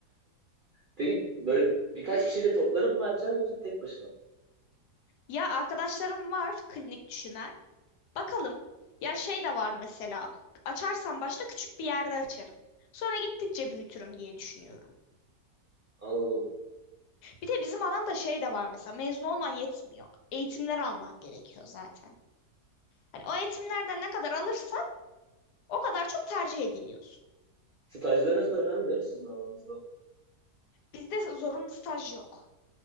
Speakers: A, on the right; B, on the left.
A: Peki böyle birkaç
B: <laughs>
A: kişiyle toplanıp mı açacaksın yoksa tek başına mı?
B: Ya arkadaşlarım var klinik düşünen. Bakalım. Ya şey de var mesela. Açarsam başta küçük bir yerde açarım. Sonra gittikçe büyütürüm diye düşünüyorum.
A: Anladım.
B: Bir de bizim alanda şey de var mesela. Mezun olman yetmiyor. Eğitimler alman gerekiyor zaten. Hani o eğitimlerden ne kadar alırsan o kadar çok tercih ediliyorsun.
A: Stajlarınız da önemli değil mi sizin alanınızda?
B: Bizde zorunlu staj yok.